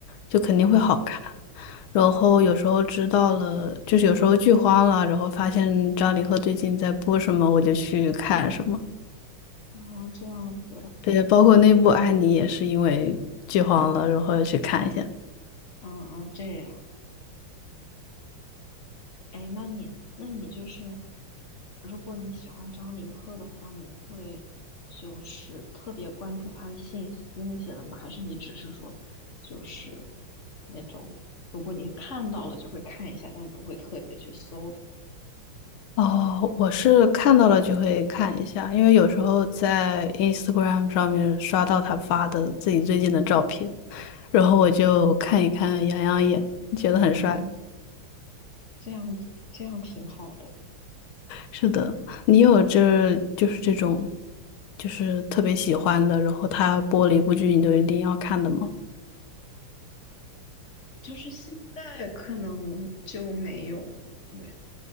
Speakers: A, on the left; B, on the left.
A: 就肯定会好看。
B: 嗯，
A: 然后有时候知道了，就是有时候剧荒了，然后发现张凌赫最近在播什么，我就去看什么。
B: 哦，这样子，
A: 对，包括那部《爱你》也是因为剧荒了，然后去看一下。
B: 嗯嗯，这样。哎，那你，那你就是，如果你喜欢张凌赫的话，你会就是特别关注他的信息那些的吗？还是你只是说，就是那种，如果你看到了就会看一下，但不会特别去搜的？
A: 哦，我是看到了就会看一下，因为有时候在 Instagram 上面刷到他发的自己最近的照片，然后我就看一看，养养眼，觉得很帅。
B: 嗯，这样子，这样挺好的。
A: 是的，你有这就是这种，就是特别喜欢的，然后他播了一部剧，你都一定要看的吗？
B: 就是现在可能就没有，对，